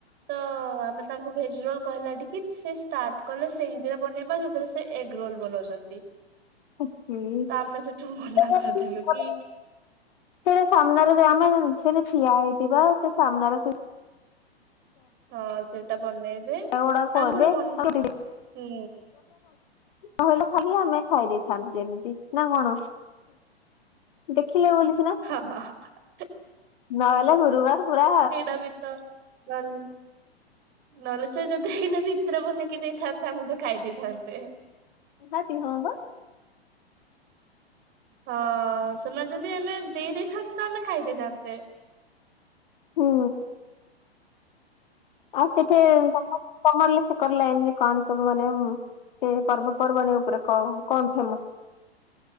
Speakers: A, on the right; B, on the left.
A: ତ ଆମେ ତାଙ୍କୁ ଭେଜ ରୋଲ କହିଲା ଟିକ କି ସେ ଷ୍ଟାର୍ଟ କଲେ ସେଇଥିରେ ବନେଇବା ଯେଉଁଥିରେ ସେ ଏଗ ରୋଲ ବନଉଛନ୍ତି।
B: <unintelligible>
A: ତ ଆମେ ସେଠୁ ମନା କରିଦେଲୁ କି
B: ହେଲେ ସାମ୍ନାରେ ଆମେ ସେଠି ଠିଆ ହେଇଥିବା ସେ ସାମ୍ନାରେ
A: ହଁ ସେଇଟା ବନେଇବେ
B: ଜାଗା ଗୁଡା କରିବେ
A: ଆଉ ପୁଣି ମ
B: ଆମେ
A: ହୁଁ
B: କହିଲ ଖାଲି ଆମେ ଖାଇ ଦେଇଥାନ୍ତୁ ଯେମିତି ନା କଣ? ଦେଖିଲେ ବୋଲି ସିନା।
A: ହଁ ହଁ।
B: ନହେଲେ ଗୁରୁବାର ପୁରା
A: ସେଇଟା ବି ତ ଭଲ ନହେଲେ ସେ ଯଦି ହେଇନା ଭିତରେ ବନେଇକି ଦେଇଥାନ୍ତି ଆମେ ତ ଖାଇ ଦେଇଥାନ୍ତେ।
B: ନିହାତି ହଁ ବା।
A: ହଁ ସେମାନେ ଯଦି ଏଇନେ ଦେଇ ଦେଇଥାନ୍ତେ ତ ଆମେ ଖାଇ ଦେଇଥାନ୍ତେ।
B: ହୁଁ ଆଉ ସେଠି ତମ <unintelligible> କଣ ସବୁ ମାନେ ସେ ପର୍ବପର୍ବାଣି ଉପରେ କ କଣ ଫେମସ୍?